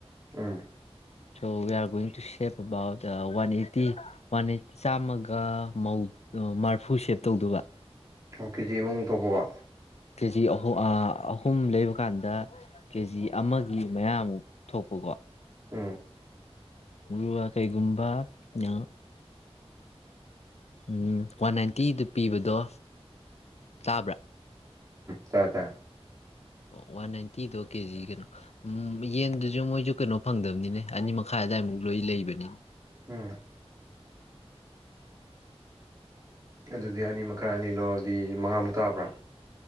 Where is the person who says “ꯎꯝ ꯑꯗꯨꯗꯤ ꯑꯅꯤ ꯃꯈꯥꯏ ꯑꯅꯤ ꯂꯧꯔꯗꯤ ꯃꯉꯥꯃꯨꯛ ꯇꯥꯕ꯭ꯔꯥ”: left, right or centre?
Right